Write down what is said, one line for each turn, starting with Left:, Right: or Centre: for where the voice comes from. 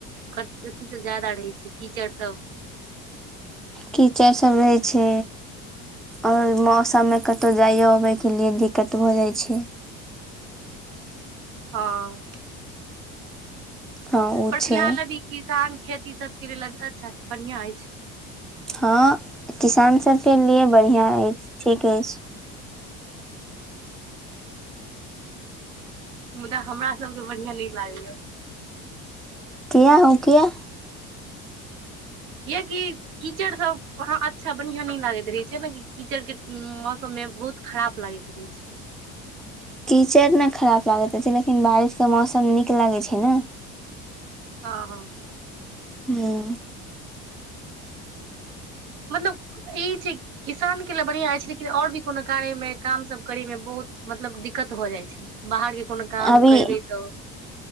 Right: कत अथी सब ज्यादा रहै छै कीचड़ सब
Centre: कीचड़ सब रहै छै। और मौसममे कतौ जाइयो अबयके लिए दिक्कत भऽ जाइ छै।
Right: हँ
Centre: हँ ओ
Right: पर फिलहाल
Centre: छै
Right: अभी किसान खेती सभ के लेल अच्छा बढ़ियां अछि।
Centre: हँ किसान सभके लिए बढ़ियां अइछ ठीक अइछ।
Right: मुदा हमरा सब के बढ़िया नै लागै य।
Centre: कियै ओ कियै।
Right: कियेकि कीचड़ सभ वहां अच्छा बढ़िया नै लागैत रहे छै ने कीचड़ के मौसम मे बहुत खराब लागैत रहै छै।
Centre: कीचड़ ने खराब लागैत रहै छै, लेकिन बारिशके मौसम नीक लागै छै, ने
Right: हँ हँ
Centre: हूं
Right: मतलब ई छै किसानके ले बढ़िया अइछ लेकिन और भी कोनो कार्यमे कामसभ करयमे बहुत मतलब दिक्कत भऽ जाइ छै। बाहर के कोनो काम
Centre: अभी
Right: करबै तऽ